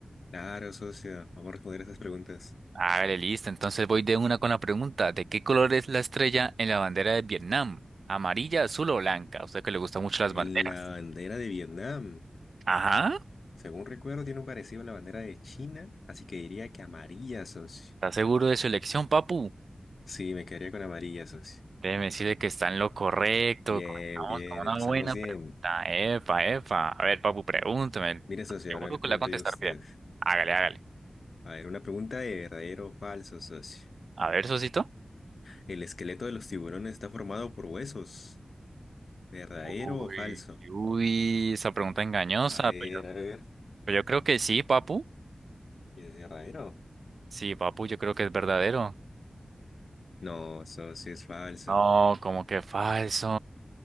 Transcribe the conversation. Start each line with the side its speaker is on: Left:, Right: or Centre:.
Left: Claro, socia, vamos a responder esas preguntas.
Right: Hágale, listo. Entonces voy de una con la pregunta. ¿De qué color es la estrella en la bandera de Vietnam? ¿Amarilla, azul o blanca? A usted que le gustan mucho las
Left: En
Right: banderas.
Left: la bandera de Vietnam,
Right: Ajá.
Left: según recuerdo, tiene un parecido a la bandera de China, así que diría que amarilla, socio.
Right: ¿Está seguro de su elección, papu?
Left: Sí, me quedaría con amarilla, socio.
Right: Déjeme decirle que está en lo correcto.
Left: Bien,
Right: Comenzamos
Left: bien,
Right: con una
Left: empezamos
Right: buena
Left: bien.
Right: pregunta. Epa, epa. A ver, papu, pregúntame.
Left: Mire, socio,
Right: Seguro
Left: ahora le
Right: que
Left: pregunto
Right: la va a contestar
Left: yo a usted.
Right: bien. Hágale, hágale.
Left: A ver, una pregunta de verdadero o falso, socio.
Right: A ver, Sosito.
Left: ¿El esqueleto de los tiburones está formado por huesos? ¿Verdadero
Right: Uy,
Left: o falso?
Right: uy, esa pregunta engañosa.
Left: A ver,
Right: Pues yo,
Left: a ver.
Right: pues yo creo que sí, papu.
Left: ¿Es verdadero?
Right: Sí, papu, yo creo que es verdadero.
Left: No, socio, es falso.
Right: No, como que falso.